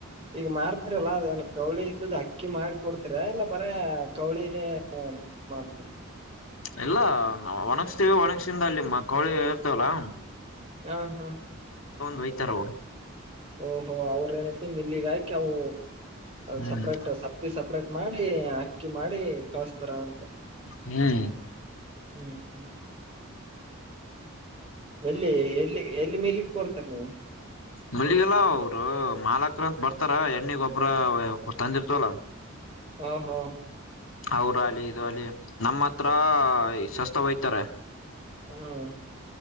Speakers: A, on the right; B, on the left.
A: ಈಗ ಮಾಡ್ತೀರಲ್ಲಾ ಅದೇಏನ್ ಕೌಳಿ ಇದ್ದುದ್ ಅಕ್ಕಿ ಮಾಡಿ ಕೊಡ್ತಿರಾ ಇಲ್ಲ ಬ. ಅಂದ್ರೆ ಕೌಳಿನೇ ಮಾಡ್ತೀರಿ. <unintelligible>
B: ಇಲ್ಲ ಒಣಗತೀವಿ ಒಣಗಸಿಂದ ಅಲ್ಲಿ ಕೋಳಿ ಇರ್ತೇವಲ್ಲಾ.
A: ಹಾ ಹಾ.
B: ವೈತರವರು.
A: ಓಹೋ ಅವ್ರ ಏನ. ಮಿಲ್ಲಿಗೆ ಹಾಕಿ ಅವು
B: ಹ್ಮ್
A: ಸಪ್ರೇಟ್ ಸಪ್ತಿ ಸಪ್ರೇಟ್ ಮಾಡಿ ಅಕ್ಕಿ ಮಾಡಿ. ಕಸ್ತರಾ ಅಂತ.
B: ಹ್ಮ್.
A: ಹ್ಮ್ ಹ್ಮ್. ಎಲ್ಲಿ ಎಲ್ಲಿ ಎಲ್ಲಿ ಮೇಲಗೆ ಕೊಡ್ತಾರೆ ನೀವು.
B: ಮಳ್ಳಗಲ್ಲ ಅವರು ಮಾಲಕ್ರಂತ ಬರ್ತಾರ ಎಣ್ಣಿ ಗೊಬ್ಬ್ರ ತಂದಿರ್ತವಲ್ಲ.
A: ಹಾ ಹೋ.
B: ಅವ್ರ ಅಲಿ ಇದ ಅಲಿ ನಮ್ಮ ಹತ್ರ ಸಸ್ತ ಹಯ್ತಾರೆ.
A: ಹ್ಮ.